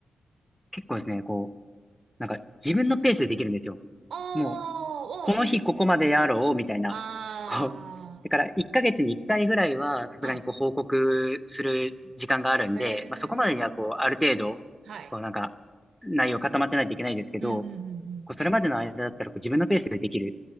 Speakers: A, in the centre; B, on the right.
A: 結構ですね、こう、なんか自分のペースでできるんですよ。
B: あー
A: もう、この日ここまでやろう、
B: あー、いいですね。
A: みたいな。
B: あ
A: こう、だから1ヶ月に1回ぐらいは、さすがにこう、
B: あ、はい。
A: 報告する時間があるんで、
B: へえ、
A: まあ、そこまでには、こう、ある程度、
B: はい。
A: こう、なんか、内容固まってないといけないですけど、
B: うんうんうんうん。
A: こうそれまでの間だったらこう自分のペースでできる